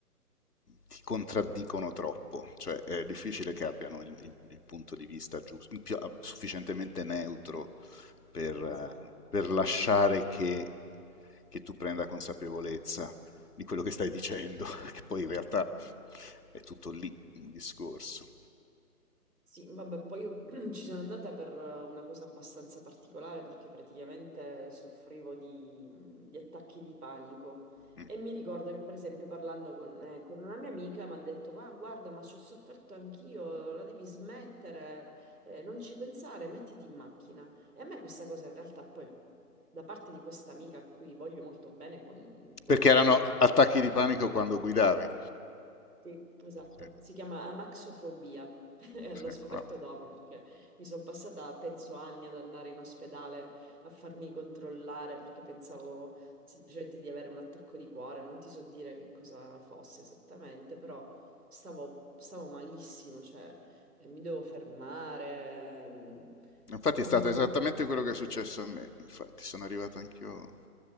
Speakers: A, on the left (about 75°); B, on the right (about 70°).
A: ti contraddicono troppo, cioè è difficile che abbiano il, il- il punto di vista giusto, il più- ah, sufficientemente neutro per,
B: esatto,
A: eh, per lasciare che, che tu prenda consapevolezza di quello che stai dicendo,
B: Sì.
A: <laughs> che poi in realtà è tutto lì il discorso.
B: Sì, vabbè, poi io <clears throat> ci sono andata per eh, una cosa abbastanza particolare perché praticamente soffrivo di, di attacchi di panico
A: Mm.
B: e mi ricordo che per esempio parlando con, eh, con una mia amica mi ha detto "Ah, guarda, ma ci ho sofferto anch'io, la devi smettere, eh, non ci pensare, mettiti in macchina. E a me questa cosa in realtà poi da parte di questa amica a cui voglio molto bene, con, con
A: Perché
B: la quale
A: erano
B: poi
A: attacchi di panico quando guidavi.
B: sì, esatto,
A: Sì,
B: si chiama amaxofobia. <laughs> E
A: sì,
B: L'ho scoperto
A: vabbè.
B: dopo perché mi sono passata, penso, anni ad andare in ospedale a farmi controllare perché pensavo semplicemente di avere un attacco di cuore, non ti so dire che cosa fosse esattamente, però stavo, stavo malissimo, cioè eh, mi devo fermare. mm,
A: Infatti
B: un-
A: è stato esattamente quello che è successo a me. Infatti sono arrivato anch'io.